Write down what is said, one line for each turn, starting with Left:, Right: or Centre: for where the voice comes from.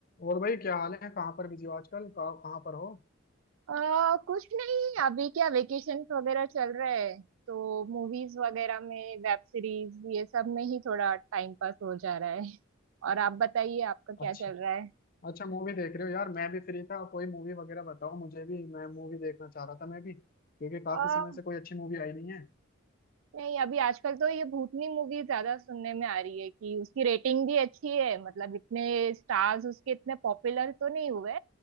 Left: और भाई क्या हाल है कहाँ पर बिजी हो आजकल कहाँ कहाँ पर हो
Right: आ, कुछ नहीं अभी क्या वेकेशंस वगैरह चल रहे हैं तो मूवीज वगैरह में वेब सीरीज ये सब में ही थोड़ा टाइम पास हो जा रहा है और आप बताइए आपका क्या
Left: अच्छा
Right: चल रहा
Left: अच्छा मूवी देख रहे हो यार मैं भी फ्री था कोई मूवी वगैरह बताओ मुझे भी मैं मूवी देखना चाह रहा था मैं भी क्योंकि
Right: है
Left: काफी समय से कोई अच्छी मूवी आई नहीं है
Right: नहीं अभी आजकल तो ये भूतनी मूवी ज्यादा सुनने में आ रही है कि उसकी रेटिंग भी अच्छी है मतलब इतने स्टार्स उसके इतने पॉपुलर तो नहीं हुए